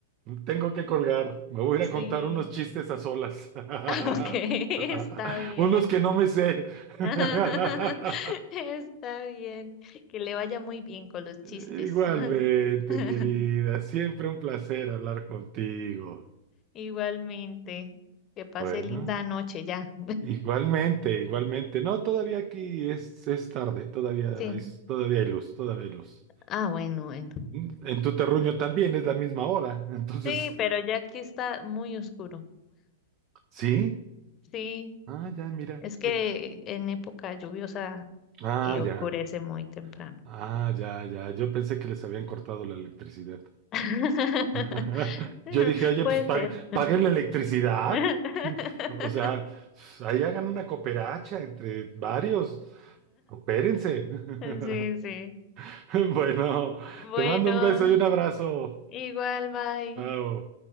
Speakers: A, on the right; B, on the left.
A: tengo que colgar. Me voy a
B: Sí.
A: ir a contar unos chistes a solas.
B: <laughs>
A: <laughs>
B: Ok, <laughs> está bien.
A: Unos que no me sé. <laughs>
B: <laughs> Está bien. Que le vaya muy bien con los
A: Igualmente,
B: chistes. <laughs>
A: querida, siempre un placer hablar contigo.
B: Igualmente. Que pase
A: Bueno.
B: linda noche ya.
A: Igualmente, igualmente. No, todavía aquí es, es tarde, todavía
B: Sí.
A: hay, todavía hay luz, todavía hay luz.
B: Ah, bueno, bueno.
A: Mm, En tu terruño también es la misma hora, <laughs> entonces,
B: Sí, pero ya aquí está muy oscuro.
A: ¿sí?
B: Sí.
A: Ah, ya, mira,
B: Es que
A: qué... co-
B: en época lluviosa
A: Ah,
B: eh,
A: ya,
B: oscurece muy temprano.
A: ah, ya, ya. Yo pensé que les habían cortado la electricidad.
B: <laughs>
A: <laughs> Yo dije, oye,
B: Puede
A: pues pag-
B: ser.
A: paguen la electricidad.
B: <laughs>
A: <laughs> O sea, pues, ahí hagan una cooperacha entre varios. Coopérense.
B: Sí,
A: <laughs>
B: sí.
A: Bueno,
B: Bueno,
A: te mando un beso y un abrazo.
B: igual, bye.
A: Oh,